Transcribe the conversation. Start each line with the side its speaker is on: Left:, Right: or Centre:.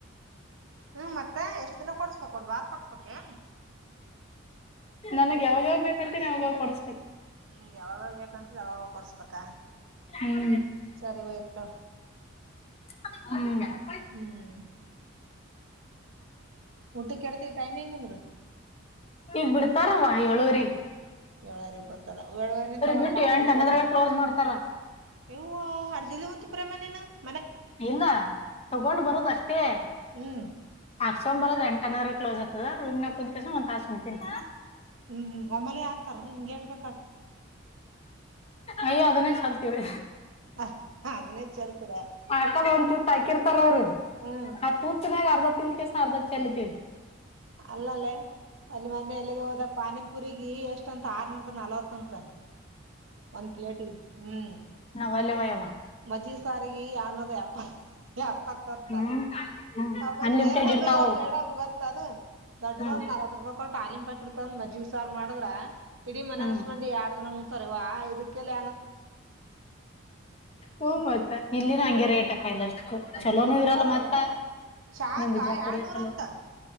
Right: ಹ್ಮ ಮತ್ತೆ ಎಷ್ಟ್ ದಿನ ಕೊಡ್ಸ್ಬೇಕಕ್ ಒಂದ್ ವಾರ ಕೊಡ್ಸ್ಬೇಕೇ
Left: ನನಗ್ ಯಾವಾಗಾಗ್ ಬೇಕಂತೀನಿ ಯಾವಾಗ ಕೊಡಸ್ಕು
Right: ನಿಮ್ಗೆ ಯಾವಾಗ ಬೇಕಂತ್ರೆ ಯಾವಾಗ ಕೊಡ್ಸ್ಬೇಕಾ
Left: ಹ್ಮ್
Right: ಸರಿ ಹೋಯ್ತು
Left: <unintelligible>
Right: ಹ್ಮ್ ಊಟಕ್ಕೆ ಇಡ್ತೀವಿ ಟೈಮಿಂಗ್ ನಿಮ್ದು
Left: ಈಗ್ ಬಿಡ್ತಾರವಾ ಹೇಳಳೋರಿ
Right: ಏಳ್ವರಿ ಬಡ್ತಾರ ಏಳ್ವರಿ ನಿಂತ ಒಂದ್
Left: ಬಿಟ್ಟು
Right: ತಾಸು
Left: ಎಂಟ
Right: ಉಂತರನು
Left: ಅನ್ನೋದ್ರಾಗ ಕ್ಲೋಸ್ ಮಾಡ್ತಾರ
Right: ವು ಹರ್ಜಲಿ ಹಂತ ಪ್ರಮಾಣ ನ
Left: ಇಲ್ಲ ತಗೊಂಡ್ ಬರದ ಅಷ್ಟೇ
Right: ಹ್ಮ್
Left: ಹಾಕ್ಸ್ಕೊಂಡ್ ಬರದ ಎಂಟನರ್ ಕ್ಲೋಸ್ ಆಗ್ತದ ರೂ ಕುಂದ್ ಕೆಸ ಒಂದ್ ತಾಸಸ್ ಹೊಂತೀನಿ
Right: ಹ್ಮ್ ಹ್ಮ್ ಒಮ್ಮಲೆ ಹಾಕ್ತಾರ ನಿಗೆಟ್ ಬಟ್
Left: ಅಯ್ಯ ಅದನ್ನೇ ಚಲ್ತೀವಿ
Right: ಹ ಅದನ್ನೇ ಚೆಲ್ತೀರ
Left: ಆಕದ ಒಂದ್ ತೂತ ಹಾಕಿರ್ತಾರ ಅವರು
Right: ಹ್ಮ್
Left: ಆ ತೂತನ್ಯಾಗ ಅರ್ಧತ್ ತಿ ಕೆ ಸಾರ ಬ ಚಲತ
Right: ಅಲ್ಲಲ್ಲೇ ಅಲ್ಲಿ ಮೊನ ಎಲ್ಲಿಗೆ ಹೋದ ಪಾನಿ ಪುಗಿ ಎಷ್ಟಂತ ಆರ್ನೂರ ನಲ್ವತ್ಂತ ಒಂದ್ ಪ್ಲೇಟ್ಿ ಹ್ಮ್
Left: ನಾವಲ್ಲವ ಯವ್ವ
Right: ಮಜ್ಜಿ ಸಾರಿಗೆ ಆಾಣೋದ ಎಪ್ಪತ್ತೊತ್ತ
Left: ಹ್ಮ್ ಹ್ಮ್
Right: ಹಬ್ಬಕ್
Left: ಅನ್ಲಿಮಿಟೆಡ್
Right: ಏನಂದ್ರ
Left: ಇರ್ತಾವ
Right: ಮೇಡಮ್ ಗೊತ್ತ ಾನ ದೊಡ್ಡಂದ
Left: ಹ್ಮ್
Right: ನಲ್ವ ರೂಪಾಯಿ ಕೊಟ್ಟಟಾಲಿಮ್ಾಕಿರ್ತಾನ ಮಜಿ ಸಾರ್ ಮಾಡಿದ್ರ ಇಡೀ ಮನೆ
Left: ಹ್ಮ್
Right: ಅನ್ಸ್ ಮಾಡಂಡಿ ಎರಡ್ ದಿನ ಹ್ತಾರೆವಾ ಇದಕ್ಕೆಲ್ಲ
Left: ಹ್ಮ ಮತ್ತ ಇಲ್ಲಿನ
Right: ಹ್ಮ್.
Left: ಹಂಗೆ ರೇಟ್ಕ ಎಲ್ಲ
Right: ಜಗ್ಗಿ
Left: ಚಲೋನು
Right: ರೇಟ್
Left: ಇರಲ್ಲ
Right: ಅದಲ್ಲೇ
Left: ಮತ್ತ
Right: ಚಾಕ
Left: ನ್ ಬಿಜಾಪುರ
Right: ಎರಡ್ನೂರ
Left: ಚಲೋ
Right: ಅಂತ